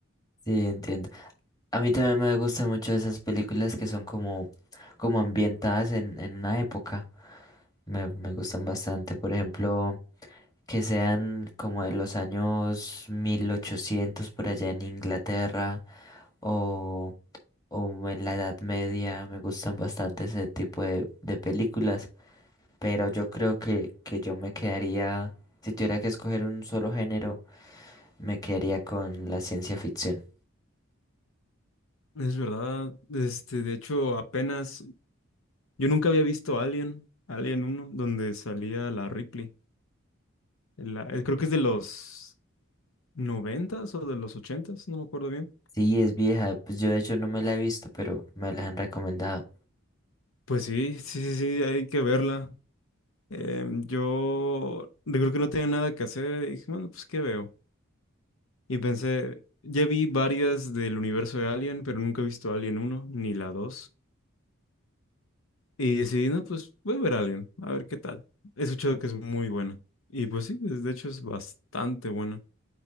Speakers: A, on the left; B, on the left.
A: Sí, entiendo. A mí también me gustan mucho esas películas que son como, como ambientadas en, en una época. Me, me gustan bastante. Por ejemplo, que sean como de los años 1800 por allá en Inglaterra o, o en la Edad Media. Me gustan bastante ese tipo de, de películas. Pero yo creo que, que yo me quedaría, si tuviera que escoger un solo género, me quedaría con la ciencia ficción.
B: Es verdad. Este, de hecho, apenas Yo nunca había visto Alien, Alien uno donde salía la Ripley. La- eh, creo que es de los noventas o de los ochentas, no me acuerdo bien.
A: Sí, es vieja. Pues yo de hecho no me la he visto, pero me la han recomendado.
B: Pues sí, sí, sí, sí, hay que verla. Em, yo creo que no tenía nada que hacer y dije, bueno, pues ¿qué veo? Y pensé, ya vi varias del universo de Alien, pero nunca he visto Alien uno ni la dos Y decidí, no, pues voy a ver Alien, a ver qué tal. He escuchado que es muy buena. Y pues sí, es- de hecho es bastante buena.